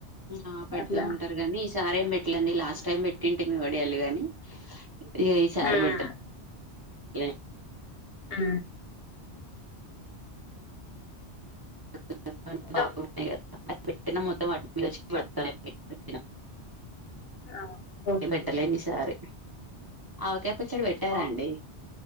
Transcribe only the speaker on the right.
ఆ పెతూ
ఉంటారు కాగానీ ఈ సార ఏం పెట్టలేండి లాస్ట్ టైం పెట్ ఇంటికి మే వడయాలి గాని ఎయయి సార్
బెటలే అలా
<inaudible>
అప్పుడు పెటిన మొత్తం <unintelligible>
పెట్టలే ఈసారి అవుకే ప్పచ్చడి పెట్టారా
అండి